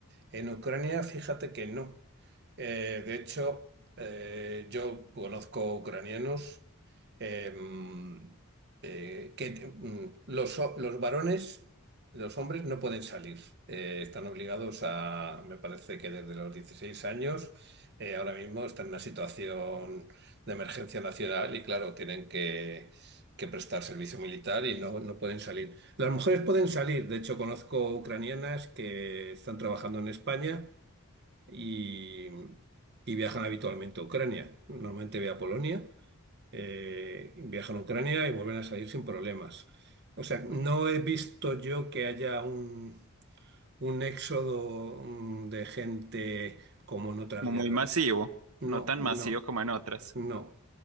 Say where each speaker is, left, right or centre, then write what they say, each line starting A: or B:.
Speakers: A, on the right (about 50°); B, on the right (about 80°).
A: En Ucrania, fíjate que no. Eh, de hecho, eh, yo conozco ucranianos em, eh, que te- mm, los, ho- los varones, los hombres no pueden salir. Eh, están obligados a, me parece que desde los 16 años, eh, ahora mismo están en una situación de emergencia nacional y claro, tienen que, que prestar servicio militar y no, no pueden salir. Las mujeres pueden salir. De hecho, conozco ucranianas que están trabajando en España y, y viajan habitualmente a Ucrania. Normalmente ve a Polonia, eh, viajan a Ucrania y vuelven a salir sin problemas. O sea, no he visto yo que haya un, un éxodo mm, de gente como en otras
B: como
A: guerras.
B: muy masivo,
A: No,
B: no tan
A: no,
B: masivo como en otras.
A: no.